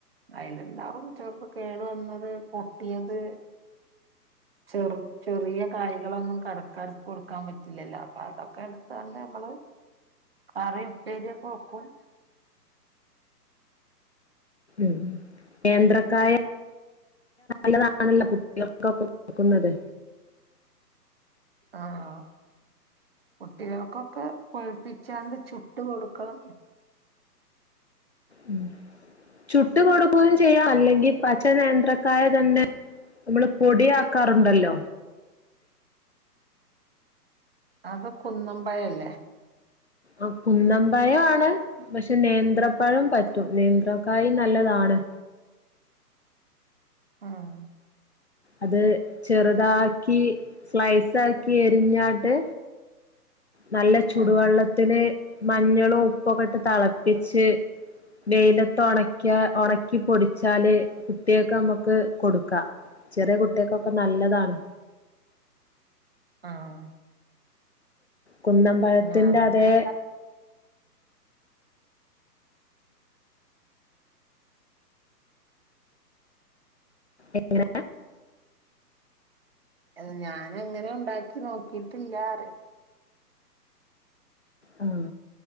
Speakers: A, on the right (about 35°); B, on the left (about 45°).
A: അയ്ലിണ്ടാവും ചെലപ്പ കേട് വന്നത് പൊട്ടിയത് ചെറ് ചെറിയ കാര്യങ്ങളൊന്നും കടക്കാർക്ക് കൊടുക്കാ പറ്റില്ലല്ലോ അപ്പൊ അതൊക്കെ എട്ത്താണ്ട് ഞമ്മള് കറിയും ഉപ്പേരിയൊക്കെ വക്കും
B: ഉം നേന്ത്രക്കായ നല്ലതാണല്ലോ കുട്ടികൾക്കൊക്കെ കൊടുക്കുന്നത്
A: ആഹ്, കുട്ടികൾക്കൊക്കെ പഴുപ്പിച്ചാണ്ട് ചുട്ട് കൊടുക്കണം
B: ഉം ചുട്ട് കൊടുക്കുകയും ചെയ്യാ, അല്ലെങ്കി പച്ച നേന്ത്രക്കായ തന്നെ നമ്മള് പൊടി ആക്കാറുണ്ടല്ലോ
A: അത് കുന്നം പഴമല്ലേ
B: ഒ കുന്നമ്പയം ആണ് പക്ഷെ നേന്ത്രപ്പഴം പറ്റും നേന്ത്രക്കായി നല്ലതാണ്
A: ആഹ്.
B: അത് ചെറുതാക്കി സ്ലൈസാക്കി എരിഞ്ഞാട്ട് നല്ല ചുടുവെള്ളത്തില്
A: ഉം
B: മഞ്ഞളും ഉപ്പൊക്കെ ഇട്ട് തളപ്പിച്ച് വെയിലത്ത് ഉണക്കാ ഉണക്കി പൊടിച്ചാല് കുട്ട്യാൾക്കെ നമുക്ക് കൊടുക്കാം ചെറിയ കുട്ട്യേക്കൊക്കെ നല്ലതാണ്
A: ആഹ്
B: കുന്നമ്പഴത്തിന്റെ
A: ഞാനങ്ങനെ
B: അതേ എങ്ങനെ
A: അ ഞാന് അങ്ങനെ ഉണ്ടാക്കി നോക്കിയിട്ടില്ലറ
B: ആഹ്